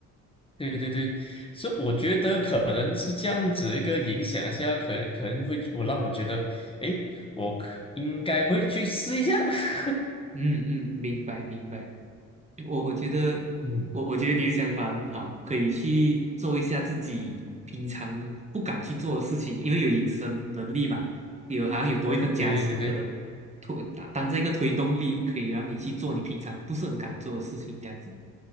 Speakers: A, on the left (about 20°); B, on the right (about 20°).
A: 对对对，是我觉得可能是这样子一个影响下，可可能会我让我觉得，诶，我可应该会去试一下。<laughs>
B: 嗯嗯，明白明白。我我觉得，
A: 嗯，
B: 我我觉得你的想法很好，可以去做一下自己平常不敢去做的事情，因为有隐身能力嘛，有好像有多一份加持，
A: 对对对对，
B: 可能推当当这个推动力，可以让你去做你平常不是很敢做的事情，这样子。